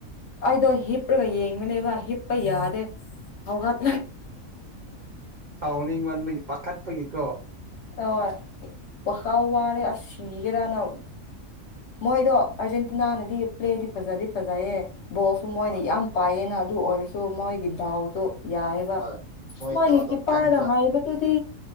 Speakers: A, on the left; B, on the right.
A: ꯑꯩꯗꯣ ꯍꯤꯞꯄ꯭ꯔꯒ ꯌꯦꯡꯕꯅꯦꯕ ꯍꯤꯞꯄ ꯌꯥꯗꯦ ꯍꯧꯒꯠ
B: ꯁꯥꯎꯅꯤꯡ ꯃꯟꯕꯒꯤ ꯄꯥꯈꯠꯃꯟꯕꯒꯤꯀꯣ
A: ꯍꫭꯏ ꯋꯈꯥꯜ ꯋꯥꯔꯦ ꯁꯤꯒꯦꯔꯅ ꯃꯣꯏꯗꯣ ꯑꯔꯖꯦꯟꯇꯤꯅꯥꯅꯗꯤ ꯄ꯭ꯂꯦꯗꯤ ꯐꯖꯗꯤ ꯐꯖꯩꯌꯦ ꯕꯣꯜꯁꯨ ꯃꯣꯏꯅ
B: ꯍꯣꯏ
A: ꯌꯥꯝ ꯄꯥꯏꯌꯦꯅ ꯑꯗꯨ ꯑꯣꯏꯔꯁꯨ ꯃꯣꯏꯒꯤ ꯗꯥꯎꯗꯨ ꯌꯥꯏꯕ
B: ꯍꯣꯏ ꯃꯣꯏ
A: ꯁꯃꯌꯦꯛꯒꯤ
B: ꯗꯥꯎꯗꯣ ꯀꯟꯕ
A: ꯄꯥꯔ ꯍꯥꯏꯕꯗꯨ ꯁꯤ